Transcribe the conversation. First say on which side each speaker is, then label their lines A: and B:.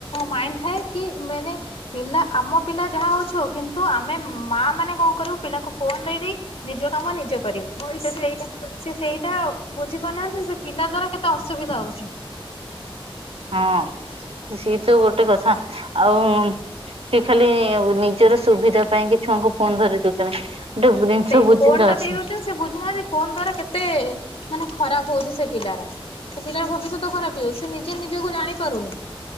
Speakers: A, on the left; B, on the right.
A: ମାଇଣ୍ଡ ଥାଏ କି ମାନେ। ପିଲା ଆମ ପିଲା ଯାହା ହଉଛ କିନ୍ତୁ ଆମେ ମା ମାନେ କଣ କରୁ ପିଲାଙ୍କୁ ଫୋନ ଦେଇ ଦେଇେଦେଇ ନିଜ କାମ ନିଜେ କରିବୁ ଭ ସେ ସେଇଟା ସେ ସେଇଟା ବୁଝିପାରୁନାହାନ୍ତି ସେ ପିଲା ଦ୍ଵାରା କେତେ ଅସୁବିଧା ହଉଛି।
B: ହଁ ସେଇ ତ ଗୋଟେ କଥା ଆଉ କି ଖାଲି ନିଜର ସୁବିଧା ପାଇଁ କି ଛୁଆଙ୍କୁ ଫୋନ ଧରେଇ ଦଉଚନ୍ତି ଗୋଟେ ଜିନିଷ
A: ସେଇ
B: ବୁଝିବାରେ
A: ଫୋନ ଟା
B: ଅଛି।
A: ଦେଇ ଦଉଛନ୍ତି ସେ ବୁଝୁନାହାନ୍ତି ଫୋନ ଦ୍ଵାରା କେତେ ମାନେ ଖରାପ ହଉଛି ସେ ପିଲାର। ସେ ପିଲାର ଭବିଷ୍ୟତ ଖରାପ ହେଇଯାଉଚି ସେ ନିଜେ ନିଜକୁ ଜାଣି ପାରୁନି।